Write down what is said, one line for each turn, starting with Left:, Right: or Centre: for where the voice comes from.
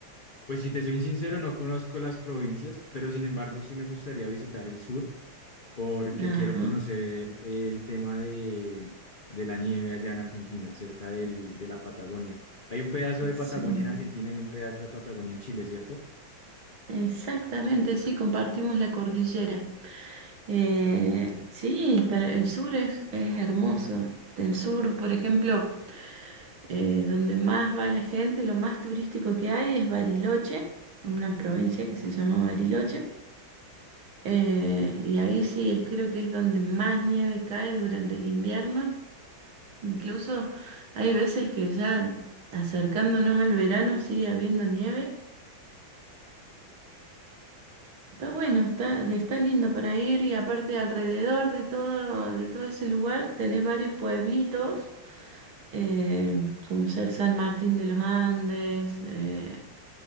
Left: Pues si te soy sincero, no conozco las provincias, pero sin embargo sí me gustaría visitar el sur porque
Right: Ajá,
Left: quiero conocer el tema de, de la nieve allá en Argentina, cerca del, de la Patagonia. Hay un pedazo de
Right: sí.
Left: Patagonia en Argentina y un pedazo de Patagonia en Chile, ¿cierto?
Right: Exactamente, sí, compartimos la cordillera. Eh, sí, pero el sur es, es hermoso. El sur, por ejemplo, eh, donde más va la gente, lo más turístico que hay es Bariloche, una provincia que se llama Bariloche. Eh, y ahí sí, creo que es donde más nieve cae durante el invierno. Incluso hay veces que ya acercándonos al verano sigue habiendo nieve Está bueno, está, está lindo para ir y aparte alrededor de todo, de todo ese lugar tenés varios pueblitos, eh, como ser San Martín de los Andes, eh,